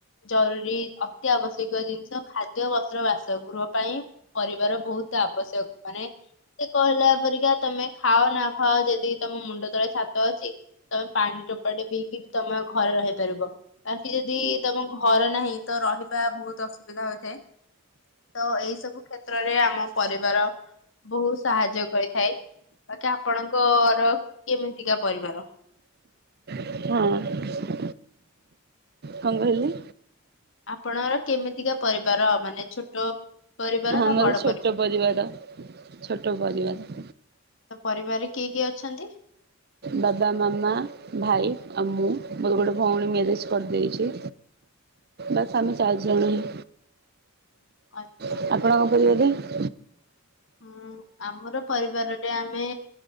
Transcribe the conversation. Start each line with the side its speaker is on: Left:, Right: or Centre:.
Left: ଜରୁରୀ ଅତି ଆବଶ୍ୟକ ଜିନିଷ ଖାଦ୍ୟ, ବସ୍ତ୍ର, ବାସ ଗୃହ ପାଇଁ ପରିବାର ବହୁତ୍ ଆବଶ୍ୟକ ମାନେ କେ କହିଲା ପରିକା ତମେ ଖାଅ ନା ଖାଅ ଯଦି ତମ ମୁଣ୍ଡ ତଳେ ଛାତ ଅଛି ତମେ ପାଣି ଟୋପାଟେ ପିଇକି ବି ତମ ଘରେ ରହିପାରିବ। ବାକି ଯଦି ତମ ଘର ନାହିଁ ତ ରହିବା ବହୁତ୍ ଅସୁବିଧା ହୋଇଥାଏ। ତ ଏଇ ସବୁ କ୍ଷେତ୍ରରେ ଆମ ପରିବାର ବହୁତ୍ ସାହାଯ୍ୟ କରିଥାଏ ବାକି ଆପଣଙ୍କର କେମିତିକା ପରିବାର?
Right: ହଁ। କଣ କହିଲେ?
Left: ଆପଣର କେମିତିକା ପରିବାର ମାନେ ଛୋଟ? ପରିବାର
Right: ଆମର
Left: ନା ବଡ
Right: ଛୋଟ ପରିବାର ଛୋଟ ପରିବାର।
Left: ତ ପରିବାରରେ କିଏ କିଏ ଅଛନ୍ତି?
Right: ବାବା ମାମା ଭାଇ ଆଉ ମୁଁ ମୋର ଗୋଟେ ଭଉଣୀ ମ୍ୟାରେଜ କରିଦେଇଛି। ବାସ୍ ଆମେ ଚାରିଜଣ ହିଁ।
Left: ଆଚ୍ଛା।
Right: ଆପଣଙ୍କ <unintelligible>
Left: ହୁଁ ଆମର ପରିବାରରେ ଆମେ